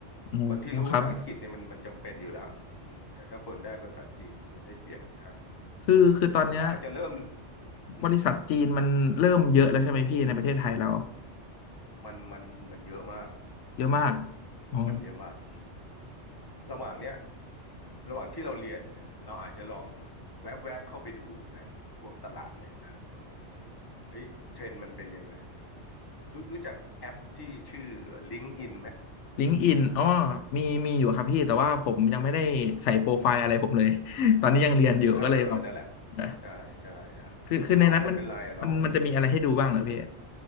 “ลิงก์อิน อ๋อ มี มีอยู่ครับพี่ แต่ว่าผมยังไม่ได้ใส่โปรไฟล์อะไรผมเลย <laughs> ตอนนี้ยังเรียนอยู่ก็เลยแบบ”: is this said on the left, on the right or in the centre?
Left